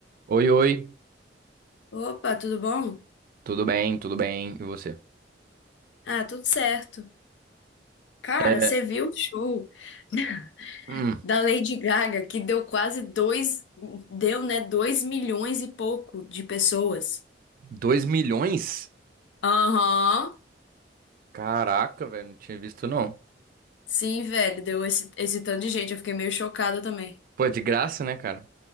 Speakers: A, on the right; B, on the left.
A: Oi, oi,
B: Opa, tudo bom?
A: tudo bem, tudo bem, e você?
B: Ah, tudo certo. Cara,
A: É,
B: você viu o show <laughs>
A: hum,
B: da Lady Gaga que deu quase dois, deu, né, dois milhões e pouco de pessoas?
A: 2 milhões?
B: Aham.
A: Caraca, velho, não tinha visto não.
B: Sim, velho, deu esse, esse tanto de gente. Eu fiquei meio chocada também.
A: Pô, é de graça, né, cara?